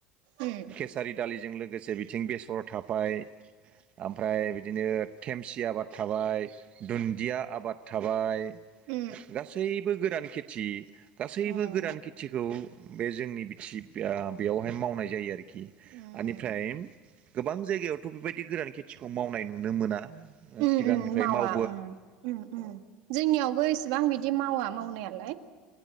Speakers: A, on the right (about 75°); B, on the right (about 40°).
A: उम
B: केसारि दालिजों लोगोसे बिथिं बेसर थााय ओमफ्राय बिदिनो थेमसि आबाद थाबाय दुन्दिया आबाद थाबाय
A: उ
B: गासैबो गोरान खेथि गासैबो
A: उम
B: गोरान खेथिखौ बे जोंनि सिब बेयावहाय मावनाय जायो आरोखि
A: उम
B: बेनिफ्राय गोबां जायगायावथ' बेबायदि गोरान खेथिखौ मावनाय नुनो मोना
A: उम
B: सिगांनिफ्राय
A: उम मावा
B: माव
A: जोंनियावबो इसेबां बिदि मावा मावनायालाय